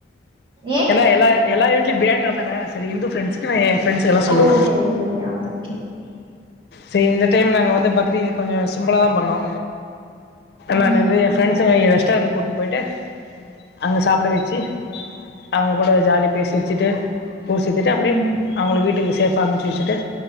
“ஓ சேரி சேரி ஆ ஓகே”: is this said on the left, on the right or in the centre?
Right